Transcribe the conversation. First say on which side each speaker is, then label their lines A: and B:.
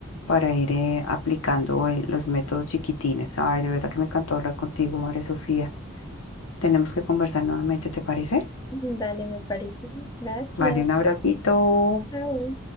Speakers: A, on the left (about 75°); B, on the left (about 15°).
A: para ir eh, aplicando el- los métodos chiquitines. Ay, de verdad que me encantó hablar contigo, María Sofía. Tenemos que conversar nuevamente, ¿te parece?
B: Dale, me parece. Gracias.
A: Vale, un abracito.
B: Chao.